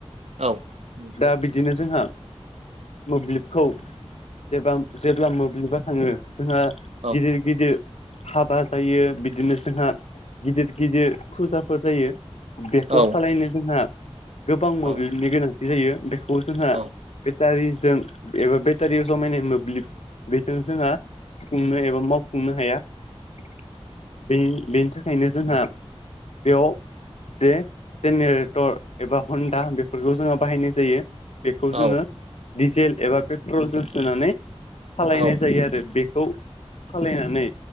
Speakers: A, on the right; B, on the left.
A: औ औ
B: दा बिदिनो जोंहा मोब्लिबखौ जे जेब्ला मोब्लिबा थाङो जोंहा
A: औ
B: गिदिर गिदिर हाबा जायो बिदिनो जोंहा गिदिर गिदिर फुजाफोर जायो बेखौ
A: औ
B: सालायनो जोंहा गोबां
A: औ
B: मोब्लिबनि गोनांथि जायो बेखौ जोंहा
A: औ ओ
B: बेटारिजों एबा बेटारियाव जमायनाय मोब्लिब बेजों जोंहा सुफुंनो एबा मावफुंनो हाया बे-बेनि थाखायनो जोंहा बेयाव जे जेनेरेटर एबा हन्दा बेफोरखौ जोंङो बाहायनाय जायो खौ
A: औ
B: जोङो डीजेल एबा पेट्रल जों सोनानै सालायनाय
A: औ
B: जायो आरो बे खौ खालामनानै